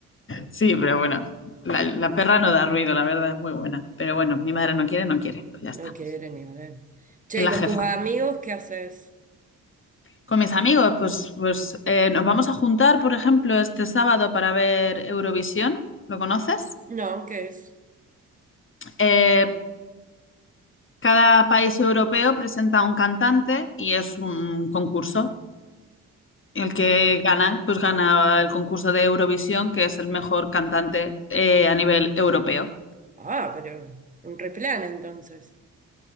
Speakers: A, on the left; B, on the right.
A: Sí, pero bueno, la, la perra no da ruido, la verdad, es muy buena. Pero bueno, mi madre no quiere, no quiere, pues ya
B: No
A: está.
B: quiere
A: Es
B: ni hablar. Che,
A: la
B: ¿y con
A: jefa.
B: tus amigos qué haces?
A: Con mis amigos, pues, pues eh, nos vamos a juntar, por ejemplo, este sábado para ver Eurovisión. ¿Lo conoces?
B: No, ¿qué es?
A: Eh, Cada país europeo presenta un cantante y es un concurso. El
B: Ah,
A: que gana, pues gana el concurso de Eurovisión, que es el mejor cantante eh, a nivel europeo.
B: ah, pero un replan entonces.